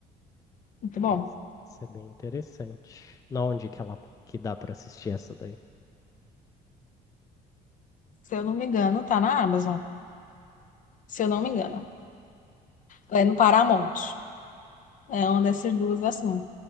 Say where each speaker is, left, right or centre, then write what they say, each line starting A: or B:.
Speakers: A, on the left; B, on the left.
A: Muito bom.
B: Essa, essa é bem interessante. Na onde que ela que dá pra assistir essa daí?
A: Se eu não me engano, tá na Amazon. Se eu não me engano. É no Paramount. É uma dessas duas, assim.